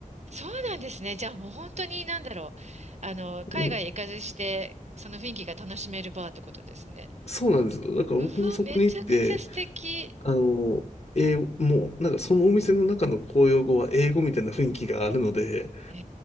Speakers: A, on the right; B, on the left.
A: そうなんですね。じゃあもう本当になんだろう。あの、海外行かずして、
B: もう
A: その雰囲気が楽しめるバーってことですね。
B: そうなんですよ。だから僕もそこに行って、
A: うわ、めちゃくちゃ素敵。
B: あの、英語、もう、なんかそのお店の中の公用語は英語みたいな雰囲気があるので、
A: へ